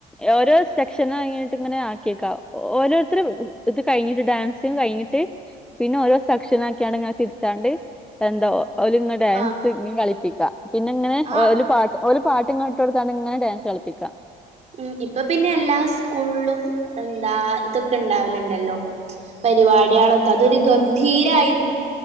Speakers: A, in the centre; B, on the right (about 40°).
A: ഓരോ സെക്ഷന് കഴിഞ്ഞിട്ട് ഇങ്ങനെ ആക്കിയേക്കാം. ഓരോരുത്തരും ഇത് കഴിഞ്ഞിട്ട് ഡാൻസ്... കഴിഞ്ഞിട്ട്, പിന്നെ ഓരോ സക്ഷനാ <unintelligible> എന്തോ? ഓലങ്ങെ ഡാൻസ്
B: ആഹ്
A: ഇഞ്ഞും കളിപ്പിക്കാ. പിന്നെ ഇങ്ങനെ
B: ആഹ്
A: ഓല് പാട്ട് പാട്ട്ങ്ങ ഇട്ട് കൊടുത്താണ്ട് ഇങ്ങനെ ഡാൻസ് കളിപ്പിക്കാം.
B: ഉം, ഇപ്പൊ പിന്നെ എല്ലാ സ്കൂളിലും എന്താ ഇതൊക്കെ ഇണ്ടാവലുണ്ടല്ലോ. പരിപാടികളൊക്കെ അതൊരു ഗംഭീരായി...